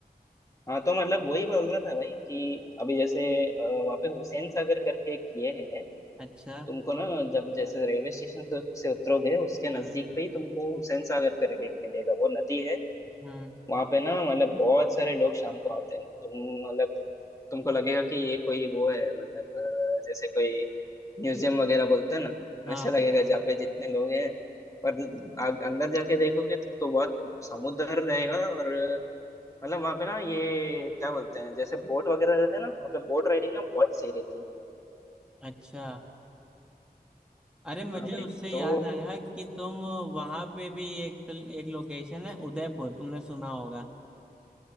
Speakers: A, on the left; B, in the centre.
A: हाँ तो मतलब वही बोल रहा था भाई कि अभी जैसे अ, वहाँ पे हुसैन सागर करके एक ये है
B: अच्छा
A: तुमको ना जब जैसे रेलवे स्टेशन से से उतरोगे उसके नजदीक
B: हम्म
A: पे ही तुमको हुसैन सागर करके एक मिलेगा वो नदी है
B: हम्म
A: वहाँ पे ना मतलब बहुत सारे लोग शाम को आते हैं तुम मतलब तुमको लगेगा कि ये कोई वो है मतलब अ, जैसे कोई म्यूजियम वगैरह बोलते हैं ना
B: हाँ
A: वैसे लगेगा जहाँ पे जितने लोग हैं पर आ- अंदर जाके देखोगे तो तो बहुत समुद्र रहेगा और मतलब वहां पे ना ये क्या बोलते हैं जैसे बोट वगैरह रहते हैं ना वहां पे बोट राइडिंग ना बहुत सही रहती है
B: अच्छा अरे मुझे
A: हाँ भाई
B: उससे याद
A: तो
B: आया कि तुम वहां पे भी एक एक लोकेशन है उदयपुर तुमने सुना होगा